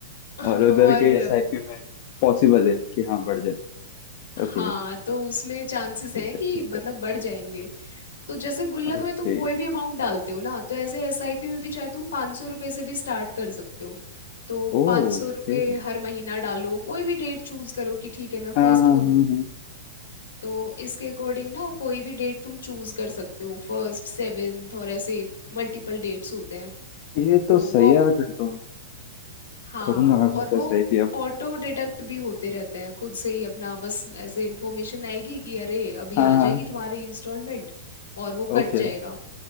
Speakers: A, on the left; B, on the left.
A: <laughs>
B: और उधर
A: और
B: के एस आई पी में पॉसिबल है कि हाँ बढ़ जाए
A: हाँ
B: ओके
A: तो उसमें चांसेस
B: ठीक
A: हैं
B: है
A: कि
B: ठीक
A: मतलब
B: है
A: बढ़ जाएंगे तो जैसे गुल्लक
B: Okay
A: में तुम कोई भी अमाउंट डालते हो ना तो ऐसे एसआईपी में भी चाहे तुम पाँच सौ रुपये से भी स्टार्ट कर सकते हो तो
B: okay
A: पाँच सौ रुपये हर महीना डालो कोई भी डेट चूज करो कि ठीक है मैं
B: हाँ
A: फर्स्ट
B: हाँ
A: को दूँ
B: हाँ हाँ।
A: तो इसके अकॉर्डिंग ना कोई भी डेट तुम चूज कर सकते हो फर्स्ट सेवेंथ और ऐसे मल्टीपल डेट्स होते हैं
B: ये तो
A: तो
B: सही
A: वो
B: है फिर तो
A: हाँ
B: करूँ ना मैं
A: और
B: फिर तो
A: वो
B: सही थी अब
A: ऑटो डिडक्ट भी होते रहते हैं खुद से ही अपना बस ऐसे इन्फॉर्मेशन आएगी कि अरे अभी
B: हाँ
A: आ
B: हाँ
A: जाएगी तुम्हारी इंस्टॉलमेंट और वो कट
B: Okay
A: जाएगा